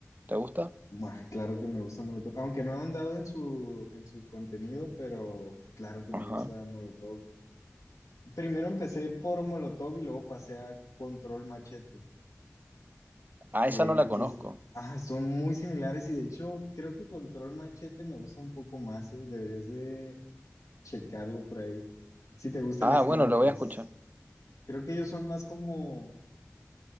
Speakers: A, on the right (about 35°); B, on the left (about 85°).
A: ¿Te gusta?
B: Buah, claro que me gusta Molotov, aunque no he ahondado en su, en su contenido, pero claro que me
A: Ajá.
B: gusta Molotov. Primero empecé por Molotov y luego pasé a Control Machete,
A: Ah,
B: eh,
A: esa no la
B: Sí.
A: conozco.
B: que es- ah, son muy similares y de hecho creo que Control Machete me gusta un poco más, eh, Deberías de checarlo por ahí. Si te gusta
A: Ah,
B: el estilo,
A: bueno, la
B: pues...
A: voy a escuchar.
B: Creo que ellos son más como,